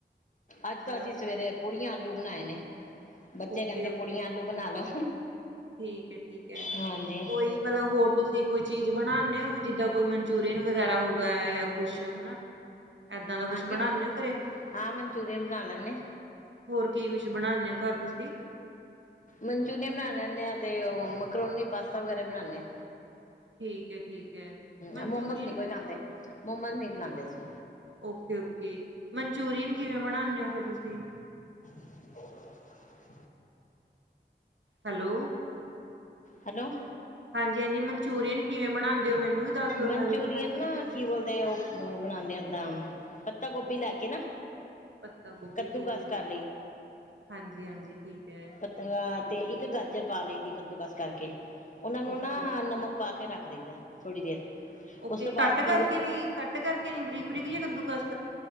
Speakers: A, on the left (about 45°); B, on the right (about 90°).
A: ਅੱਜ
B: ਮਤਲਬ
A: ਤਾਂ ਅਸੀਂ ਸਵੇਰੇ ਪੁੜੀਆਂ ਆਲੂ ਬਣਾਏ ਨੇ ਬੱਚੇ
B: ਓਕੇ
A: ਕਹਿੰਦੇ
B: ਓਕੇ
A: ਪੁੜੀਆਂ ਆਲੂ ਬਣਾ ਲਓ।
B: ਠੀਕ ਹੈ ਠੀਕ ਹੈ
A: ਹਾਂਜੀ
B: ਕੋਈ ਮਤਲਬ ਹੋਰ ਤੁਸੀਂ ਕੋਈ ਚੀਜ਼ ਬਣਾਦੇ ਹੋ। ਜਿੱਦਾਂ ਕੋਈ ਮਨਚੂਰੀਅਨ ਵਗੈਰਾ ਹੋ ਗਿਆ ਜਾਂ ਕੁਛ ਹੈਨਾ। ਏਦਾਂ ਦਾ ਕੁਛ
A: ਹਾਂਜੀ
B: ਬਣਨੇ ਓ ਘਰੇ।
A: ਹਾਂ ਮਨਚੂਰੀਅਨ ਬਣਾ ਲੈਂਦੇ
B: ਹੋਰ ਕੀ ਕੁਛ ਬਣਾਦੇ ਹੋ ਘਰ ਤੁਸੀਂ।
A: ਮਨਚੂਰੀਅਨ ਬਨਾ ਲੈਨੇ ਆ ਤੇ ਉਹ ਮਕਰੋਨੀ, ਪਾਸਤਾ ਵਗੈਰਾ ਬਣਾਨੇ ਆ।
B: ਠੀਕ ਹੈ ਠੀਕ ਹੈ ਮਨਚੂਰੀਅਨ
A: ਹਮ ਮੋਮੋਸ ਨਹੀਂ ਕੋਈ ਖਾਂਦੇ, ਮੋਮੋਸ ਨੀ ਨਹੀਂ ਬਨਾਦੇ ਅਸੀ।
B: ਓਕੇ-ਓਕੇ ਮਨਚੂਰੀਅਨ ਕਿਵੇਂ ਬਣਾਨੇ ਹੋ ਫਿਰ ਤੁਸੀ।
A: <unintelligible>
B: ਹੈਲੋ,
A: ਹੈਲੋ,
B: ਹਾਂਜੀ ਹਾਂਜੀ ਮਨਚੂਰੀਅਨ ਕਿਵੇਂ ਬਣਾਉਂਦੇ। ਹੋ ਮੈਨੂੰ ਵੀ ਦੱਸ ਦਿਓ
A: ਮਨਚੂਰੀਅਨ
B: ਮੈਂ ਵੀ ਬਣਾ ਕੇ ਦੇਖ
A: ਨਾ
B: ਲਾਂਗੀ
A: ਕੀ ਬੋਲਦੇ ਉਹ ਬਣਾਉਂਦੇ ਓਦਾਂ। ਪੱਤਾਗੋਭੀ ਲੈ ਕੇ ਨਾ।
B: ਪੱਤਾਗੋਭੀ
A: ਕੱਦੂਕਸ
B: ਠੀਕ ਹੈ
A: ਕਰ
B: ਜੀ ਹਾਂਜੀ ਹਾਂਜੀ ਠੀਕ ਹੈ।
A: ਪਤਾ ਤੇ ਇੱਕ ਗਾਜਰ ਪਾ ਲਈ ਦੀ ਕਦੂਕਸ। ਕਰਕੇ ਉਹਨਾਂ ਨੂੰ
B: ਓਕੇ
A: ਨਾ ਨਮਕ ਪਾ ਕੇ ਰੱਖ ਦਈਦਾ ਥੋੜ੍ਹੀ ਦੇਰ।
B: ਓਕੇ
A: ਉਸ ਤੋਂ
B: ਕੱਟ
A: ਬਾਅਦ
B: ਕਰਕੇ
A: ਜਦੋਂ
B: ਨਹੀਂ ਕੱਟ ਕਰਕੇ ਨੀ ਬਰੀਕ ਬਰੀਕ ਜਾਂ ਕੱਦੂ ਕੱਸ।